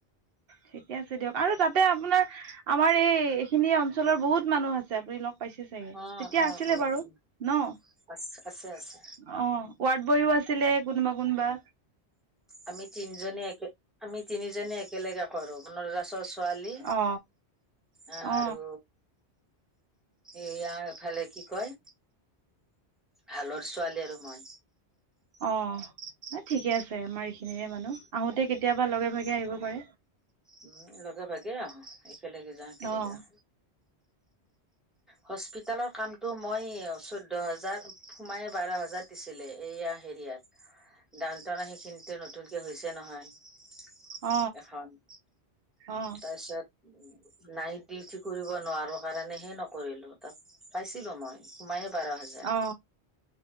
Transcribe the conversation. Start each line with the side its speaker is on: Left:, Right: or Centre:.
Right: ঠিকে আছে দিয়ক আৰু তাতে আপোনাৰ আমাৰ এই- এইখিনি অঞ্চলৰ বহুত মানুহ আছে আপুনি লগ পাইছে চাগে।
Centre: উম
Right: তেতিয়া
Centre: উম
Right: আছিলে
Centre: উম
Right: বাৰু ন'?
Centre: উম
Right: অহ,
Centre: আছে আছে আছে
Right: ৱাৰ্ড বয়ো আছিলে কোনবা -কোনবা
Centre: আমি তিনিজনী একে আমি তিনিজনী একেলগে কৰো <unintelligible> ছোৱালী
Right: অ
Centre: আৰু
Right: অ
Centre: এয়াৰফালে কি কয়? ভালৰ ছোৱালী আৰু মই।
Right: অহ, ন 'ঠিকে আছে আমাৰ এইখিনিৰে মানুহ আহোতে কেতিয়াবা লগে -ভাগে আহিব পাৰে।
Centre: উম, লগে ভাগেই আহো একেলগে যাওঁ একেলগে
Right: অ
Centre: আহো। হস্পিতেলৰ কামটো মই চৈধ্য হাজাৰ সোমাই বাৰ হাজাৰ দিছিলে এয়া হেৰিয়াত ডাউন টাউনৰ সেইখিনিতে নতুনকে হৈছে নহয়
Right: অ
Centre: এখান
Right: অ
Centre: তাৰপছত উ নাইট দুয়োটি কৰিব নোৱাৰো কাৰণে হে নকৰিলো তাত পাইছিলো মই সোমাই এ বাৰ হাজাৰ
Right: অ